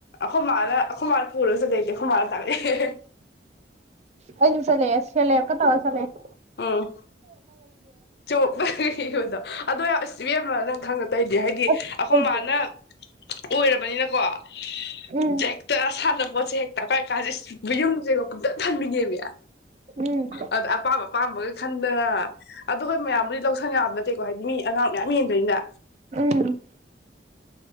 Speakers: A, on the left (about 65°); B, on the right (about 40°).
A: ꯑꯈꯣꯏꯃꯥꯅ ꯑꯈꯣꯏꯃꯥꯅ ꯄꯨꯔꯒ ꯆꯠꯂꯛꯑꯦ ꯑꯩꯗꯤ ꯑꯈꯣꯏ ꯃꯥꯅ ꯇꯥꯛꯂꯛꯑꯦ꯫
B: ꯑꯩꯖꯨ ꯆꯠꯂꯦꯑꯦ ꯁꯦꯂꯦꯞꯀ ꯇꯧꯔ ꯆꯠꯂꯥꯛꯑꯦ꯫
A: ꯎꯝ ꯆꯣꯛꯅꯒ ꯏꯕꯗꯣ ꯑꯗꯣ ꯌꯥ ꯑꯁ ꯏꯕꯦꯝꯃ ꯅꯪ ꯈꯪꯗ ꯇꯩꯗꯦ ꯍꯥꯏꯗꯤ
B: ꯏꯔꯛꯑꯦ
A: ꯑꯈꯣꯏ ꯃꯥꯅ ꯑꯣꯏꯔꯕꯅꯤꯅꯀꯣ
B: ꯎꯝ
A: <unintelligible> ꯇ ꯁꯥꯟꯅꯄꯣꯠꯁꯦ ꯍꯦꯛ ꯀꯥ-ꯀꯥꯗꯥ ꯏꯁ ꯌꯨꯝꯁꯦꯒ ꯄꯨꯡꯊꯥꯟ ꯊꯥꯟꯕꯤꯅꯦꯃꯦ꯫
B: ꯎꯝ
A: ꯑꯥꯗ ꯑꯄꯥꯝꯕ ꯑꯄꯥꯝꯕꯒ ꯈꯟꯗꯅ ꯑꯗꯨꯒ ꯃꯌꯥꯝꯕꯨꯗꯤ ꯂꯧꯁꯪ ꯌꯥꯝꯕ ꯅꯠꯇꯦꯀꯣ ꯍꯥꯏꯗꯤ ꯃꯤ ꯑꯉꯥꯡ ꯃꯌꯥꯝ ꯌꯦꯟꯗꯣꯏꯅ
B: ꯎꯝ